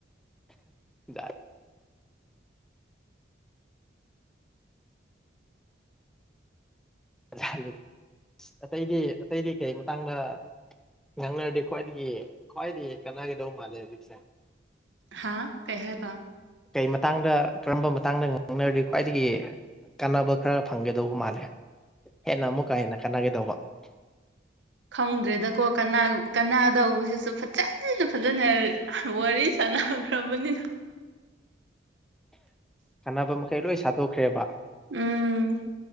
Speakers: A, in the centre; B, on the right (about 70°).
A: ꯖꯥꯠ ꯖ ꯑꯁ ꯑꯇꯩꯗꯤ ꯑꯇꯩꯗꯤ ꯀꯩ ꯃꯇꯥꯡꯗ ꯉꯪꯅꯔꯗꯤ ꯈ꯭ꯋꯥꯏꯗꯒꯤ ꯈ꯭ꯋꯥꯏꯗꯒꯤ ꯀꯥꯟꯅꯒꯗꯧꯕ ꯃꯥꯜꯂꯦ ꯍꯧꯖꯤꯛꯁꯦ
B: ꯍꯥꯥ ꯀꯌꯥ ꯇ
A: ꯀꯩ ꯃꯇꯥꯡꯗ ꯀꯔꯝꯕ ꯃꯇꯥꯡꯗ ꯉꯥꯡꯅꯔꯗꯤ ꯈ꯭ꯋꯥꯏꯗꯒꯤ ꯀꯥꯟꯅꯕ ꯈꯔ ꯐꯪꯒꯗꯧꯕ ꯃꯥꯜꯂꯦ ꯍꯦꯟꯅ ꯑꯃꯨꯛꯀ ꯍꯦꯟꯅ ꯀꯥꯟꯅꯒꯗꯧꯕ
B: ꯈꯪꯗ꯭ꯔꯦꯗꯀꯣ ꯀꯅꯥ ꯀꯅꯥꯗꯧꯕꯁꯤꯁꯨ ꯐꯖꯅ ꯐꯖꯅ ꯋꯥꯔꯤ ꯁꯥꯅꯈ꯭ꯔꯕꯅꯤ
A: ꯀꯥꯟꯅꯕ ꯃꯈꯩ ꯂꯣꯏ ꯁꯥꯗꯣꯛꯈ꯭ꯔꯦꯕ
B: ꯎꯝ